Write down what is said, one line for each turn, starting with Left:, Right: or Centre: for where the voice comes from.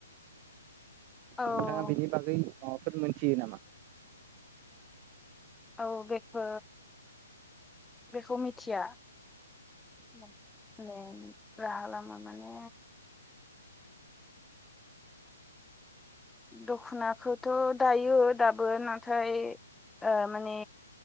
Centre: औ
Right: नोंथाङा बेनि बागै माबाफोर मोनथियो नामा?
Centre: औ बेखौ बेखौ मिथिया <unintelligible> <unintelligible> राहा लामा माने दख'नाखौथ' दायो दाबो नाथाय ओ माने